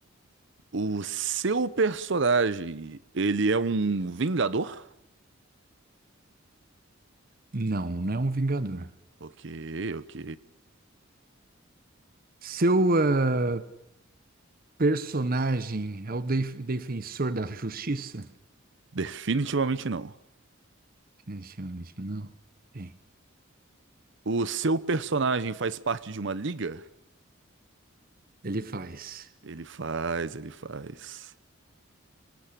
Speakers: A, on the right; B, on the right.
A: O seu personagem, ele é um vingador?
B: Não, não é um Vingador.
A: Ok, ok.
B: Seu ah, personagem é o def- defensor da justiça?
A: Definitivamente não.
B: Definitivamente não. Bem,
A: O seu personagem faz parte de uma liga?
B: ele faz.
A: Ele faz, ele faz.